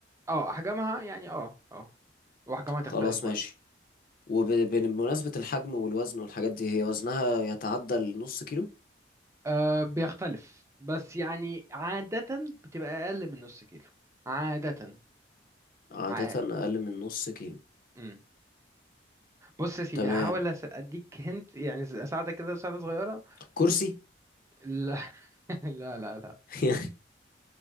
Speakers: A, on the right (about 15°); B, on the left (about 50°).
A: اه احجامها يعني اه اه واحجامها
B: خلاص
A: تختلف برضه
B: ماشي وبمناسبة الحجم والوزن والحاجات دي هي وزنها يتعدى النص كيلو
A: أه بيختلف بس يعني عادة بتبقى أقل من نص كيلو عادة
B: عادة
A: ع...
B: أقل من نص كيلو
A: مم. بص يا سيدي
B: تمام
A: هحاول أس- أديك هنت يعني ز- أساعدك كده مساعدة صغيرة
B: كرسي
A: لا <laughs> لا لا لا
B: <laughs>